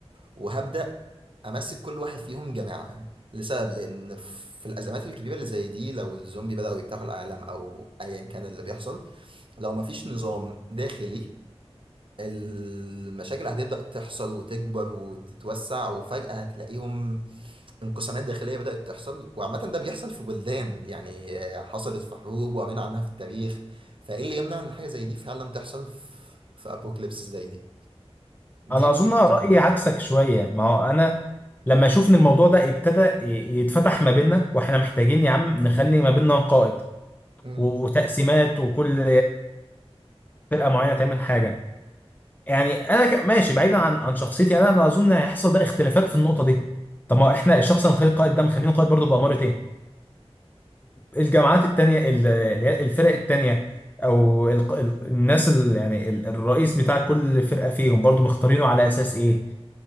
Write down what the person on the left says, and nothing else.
انا
اظن
أنا رايي
عكسك شويه ما هو انا لما اشوف ان الموضوع ده ابتدى ي- يتفتح ما بيننا واحنا محتاجين يا عم نخلي ما بيننا قائد
و- وتقسيمات وكل فرقه معينه تعمل حاجه يعني انا ك- ماشي بعيدا عن عن شخصيتي انا انا اظن هيحصل بقى اختلافات في النقطه دي طب ما هو احنا الشخص اللي نخليه قائد ده مخلينه قائد برضه باماره ايه الجامعات التانية ال- اللي هي الفرق التانية او ال- ال- الناس ال- يعني ال- الرئيس بتاع كل فرقة فيهم برضو مختارينه على اساس ايه